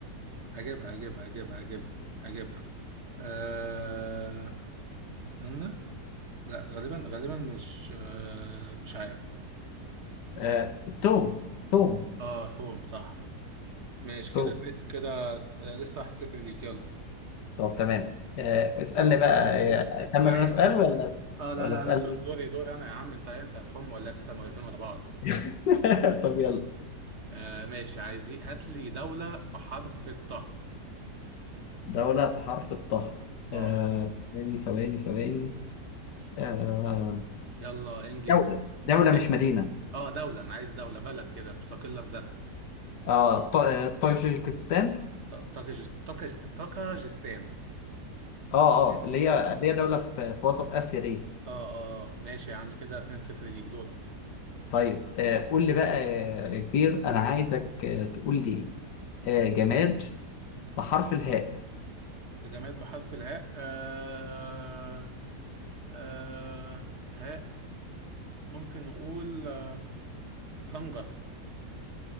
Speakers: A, on the right (about 45°); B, on the left (about 80°).
A: هجيبها هجيبها هجيبها هجيبها هجيبها آه استنى لا غالبا غالبا مش آه مش عارف
B: آه توم ثوم
A: اه ثوم صح ماشي
B: ثوم
A: كده كده آه، لسه واحد صفر ليك يلا
B: طب تمام آه اسألني بقى
A: ماشي أنا دور.
B: آه، اكمل
A: عايز
B: انا سؤال ولا
A: اه لا
B: ولا
A: لا
B: اسألني
A: انا سو- دوري دوري انا يا عم انت انت هتخم ولا تسأل مرتين ورا بعض
B: <laughs> طب يلا
A: آه ماشي عايز إيه؟ هات لي دولة بحرف الطه
B: دولة بحرف الطه
A: اه
B: آه، ثواني ثواني ثواني آه،
A: يلا انجز
B: دولة دولة مش
A: ايه
B: مدينة
A: اه دولة انا عايز دولة بلد كده مستقلة بذاتها
B: اه ط- آه، طاجيكستان
A: ط- طاكج- طاكج- طاكجستان
B: اه
A: ماشي.
B: اه اللي هي اللي هي دولة في في وسط آسيا دي
A: اه اه آه، ماشي يا عم كده 2 0 ليك دورك
B: طيب آه قول لي بقى يا كبير أنا عايزك آه تقول لي آه جماد بحرف الهاء
A: جماد بحرف الهاء آه آه هاء ممكن نقول آه، هنجر